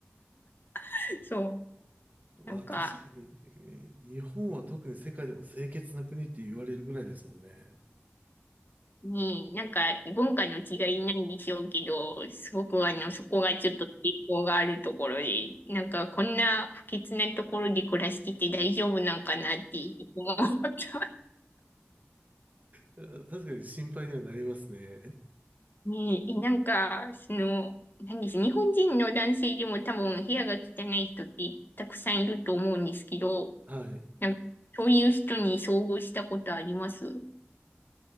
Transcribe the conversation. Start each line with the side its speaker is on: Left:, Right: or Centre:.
Left: <laughs> そ
Right: わあ、
Left: う。なんか、
Right: 確かに、えー日本は特に世界でも清潔な国って言われるぐらいですもんね。
Left: ねえ、なんか文化の違いなんでしょうけど、すごくあの、そこがちょっと抵抗があるところで、なんかこんな不潔なところで暮らしてて大丈夫なんかなっていつも思った。
Right: 確かに心配にはなりますね。
Left: <laughs> ねえ、なんか、その、なんです、日本人の男性でも多分部屋が汚い人ってたくさんいると思うんですけど、
Right: <laughs> はい。
Left: なんかそういう人に遭遇したことあります